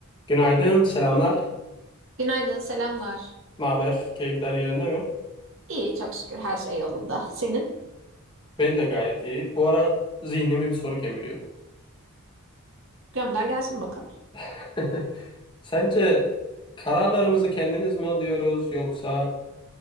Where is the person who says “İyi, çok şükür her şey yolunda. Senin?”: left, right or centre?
Right